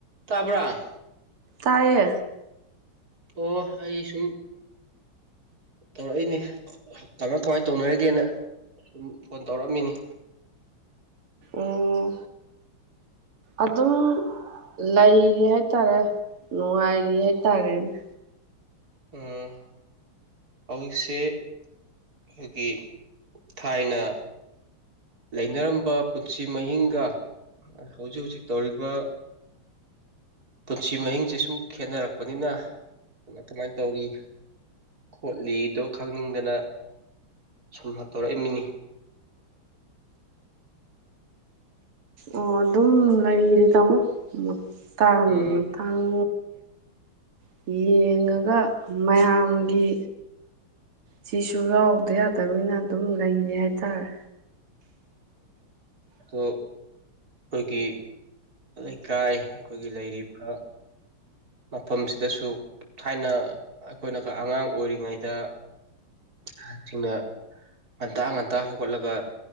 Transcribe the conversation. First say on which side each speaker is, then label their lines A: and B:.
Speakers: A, on the right; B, on the right.
A: <inaudible> ꯇꯥꯕ꯭ꯔꯥ
B: ꯇꯌꯦ
A: ꯑꯣ ꯑꯩ ꯁꯨꯝ ꯇꯧꯔꯛꯏꯅꯦ ꯀꯃꯥꯏ ꯀꯃꯥꯏꯅ ꯇꯧꯅꯔꯒꯦꯅ ꯁꯨꯝ ꯐꯣꯟ ꯇꯧꯔꯛꯑꯃꯤꯅꯤ
B: ꯎꯝ ꯑꯗꯨꯝ ꯂꯩꯔꯤ ꯍꯥꯏꯇꯥꯔꯦ ꯅꯨꯡꯉꯥꯏꯔꯤ ꯍꯥꯏꯇꯥꯔꯦꯅꯦ
A: ꯎꯝ ꯍꯧꯁꯤ ꯑꯩꯈꯣꯏꯒꯤ ꯊꯥꯏꯅ ꯂꯩꯅꯔꯝꯕ ꯄꯨꯟꯁꯤ ꯃꯍꯤꯡꯒ ꯍꯧꯖꯤꯛ ꯍꯧꯖꯤꯛ ꯇꯧꯔꯤꯕ ꯄꯨꯟꯁꯤ ꯃꯍꯤꯡꯁꯦ ꯁꯨꯝ ꯈꯦꯠꯅꯔꯛꯄꯅꯤꯅ ꯀꯃꯥꯏꯅ ꯇꯧꯔꯤ ꯈꯣꯠꯂꯤꯗꯣ ꯈꯪꯅꯤꯡꯗꯅ ꯁꯨꯝ ꯇꯧꯔꯛꯏꯃꯤꯅꯤ
B: ꯑꯣ ꯑꯗꯨꯝ ꯂꯩꯔꯤ ꯇꯥꯃꯣ ꯇꯥꯡ
A: ꯎꯝ
B: ꯇꯥꯡ ꯁꯤ ꯌꯦꯡꯉꯒ ꯃꯌꯥꯝꯒꯤ ꯁꯤꯁꯨ ꯌꯥꯎꯗ ꯌꯥꯗꯕꯅꯤꯅ ꯑꯗꯨꯝ ꯂꯩꯔꯦ ꯍꯥꯏꯇꯥꯔꯦ
A: ꯎꯝ ꯑꯩꯈꯣꯏꯒꯤ ꯂꯩꯀꯥꯏ ꯑꯩꯈꯣꯏꯒꯤ ꯂꯩꯔꯤꯕ ꯃꯐꯝꯁꯤꯗꯁꯨ ꯊꯥꯏꯅ ꯑꯩꯈꯣꯏꯅ ꯑꯉꯥꯡ ꯑꯣꯏꯔꯤꯉꯩꯗ ꯑꯉꯥꯡꯁꯤꯡꯅ ꯉꯟꯇꯥ ꯉꯟꯇꯥ ꯍꯧꯒꯠꯂꯒ